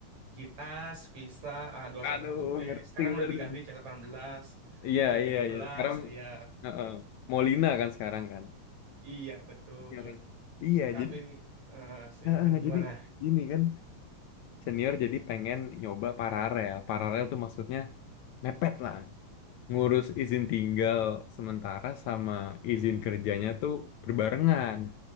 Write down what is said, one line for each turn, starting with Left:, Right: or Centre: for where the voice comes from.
Right: Kitas, visa a dua satu
Left: Aduh,
Right: satu b
Left: ngerti
Right: Sekarang udah
Left: berarti.
Right: diganti c delapan belas
Left: Iya,
Right: c
Left: iya,
Right: tiga
Left: iya.
Right: belas
Left: Sekarang
Right: ya.
Left: heeh, Molina kan sekarang kan.
Right: Iya, betul.
Left: Iya kan? Iya,
Right: Tapi
Left: jadi
Right: eh, silakan
Left: heeh,
Right: gimana?
Left: jadi gini kan senior jadi pengen nyoba paralel. Paralel tuh maksudnya mepet lah. Ngurus izin tinggal sementara sama izin kerjanya tuh berbarengan.